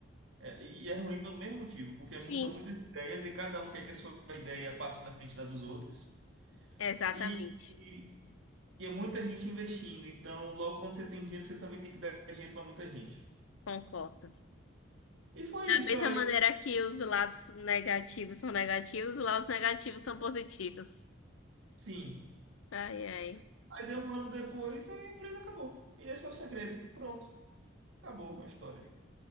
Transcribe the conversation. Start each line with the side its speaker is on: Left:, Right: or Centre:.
Right: é, e é ruim pelo mesmo motivo, porque
Left: Sim,
Right: são muitas ideias e cada um quer que a sua ideia passe na frente da dos outros.
Left: exatamente.
Right: E, e, e é muita gente investindo. Então, logo quando você tem dinheiro, você também tem que dar dinheiro para muita gente.
Left: Concordo.
Right: E foi
Left: Da
Right: isso
Left: mesma
Right: aí.
Left: maneira que os lados negativos são negativos, os lados negativos são positivos.
Right: Sim.
Left: Ai, ai.
Right: Aí deu um ano depois, a empresa acabou. E esse é o segredo. Pronto, acabou a história.